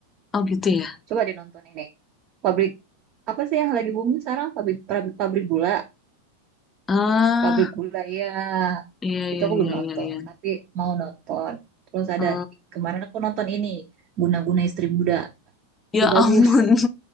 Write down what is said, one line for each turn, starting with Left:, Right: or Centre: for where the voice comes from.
Left: Oh gitu ya.
Right: Coba dinonton ini. Pabrik apa sih yang lagi booming sekarang? Pabrik pabrik, pabrik gula,
Left: Ah,
Right: pabrik gula ya.
Left: iya
Right: Itu
Left: iya
Right: aku
Left: iya
Right: belum nonton,
Left: iya iya.
Right: tapi mau nonton. Terus ada
Left: Eh,
Right: kemarin aku nonton ini Guna-guna Istri Muda. Itu
Left: ya
Right: bagus.
Left: ampun,